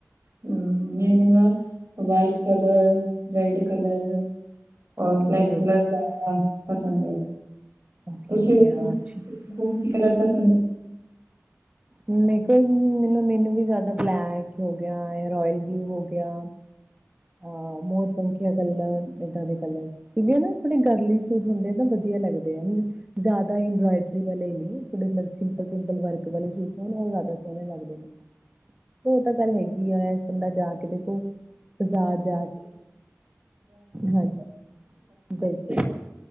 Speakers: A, on the right; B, on the right.
A: ਹੂੰ ਮੈਨੂੰ ਨਾ ਵਾਈਟ ਕਲਰ, ਰੈਡ ਕਲਰ ਹੋਰ
B: ਓਕੇ,
A: ਬਲੈਕ ਕਲਰ ਜੈਦਾ ਪਸੰਦ ਹੈ,
B: ਓਕੇ,
A: ਤੁਸੀਂ
B: ਓਕੇ
A: ਦੇਖੋ
B: ਹਾਂ ਅੱਛਾ।
A: ਤੁਮ ਕਲਰ ਪਸੰਦ ਐ।
B: ਮੇ ਕੋਲ ਮੈਨ ਮੈਨੂੰ ਵੀ ਜੈਦਾ ਬਲੈਕ ਹੈਗਾ, ਰੋਇਲ ਬਲੂ ਹੋ ਗਿਆ। ਹਾਂ ਮੋਰਪਖੀਆਂ ਕਲਰ ਏਦਾਂ ਦੇ ਕਲਰ ਸੀਗਾ ਨਾ ਥੋੜੀ ਗਰਲੀਸ਼ ਸੂ ਹੁੰਦੇ ਨਾ ਵਧੀਆ ਲੱਗਦੇ। ਦੇ ਐ ਮੈਨੂੰ ਜੈਦਾ ਇੰਬੋਇਡਰੀ ਵਾਲੇ ਨੀ। ਥੋੜੇ ਮੈਨ ਸਿੰਪਲ ਸਿੰਪਲ ਵਰਕ ਵਾਲੇ ਸੂਟ ਹੋਣ ਓਹ ਜੈਦਾ ਸੋਣੇ ਲੱਗਦੇ ਨੇ। ਔ ਤਾਂ ਗੱਲ ਹੈਗੀ ਐ ਇਕ ਬੰਦਾ ਜਾ ਕੇ ਦੇਖੋ ਬਜ਼ਾਰ ਜਾ ਕੇ ਹਾਂਜੀ, ਬਿਲਕੁਲ ਬਿਲਕੁਲ।